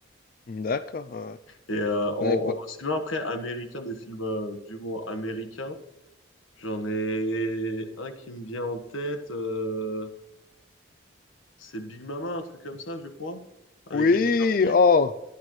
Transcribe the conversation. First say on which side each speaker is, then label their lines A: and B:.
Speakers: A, on the left; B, on the left.
A: D'accord. Ouais.
B: Et euh, en,
A: Ouais, Ouais, quoi.
B: en- sinon, après, américain, des films euh, d'humour américain, j'en ai un qui me vient en tête. euh, c'est Big Mama, un truc comme ça, je crois, avec
A: Oui,
B: Eddie Murphy.
A: oh,